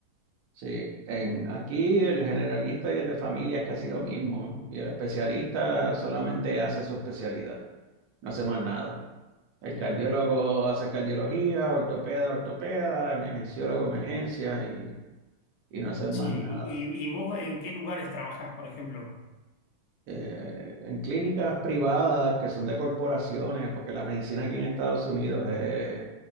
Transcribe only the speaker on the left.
claro.
Sí,
y,
y- y vos en qué lugares trabajás, por ejemplo?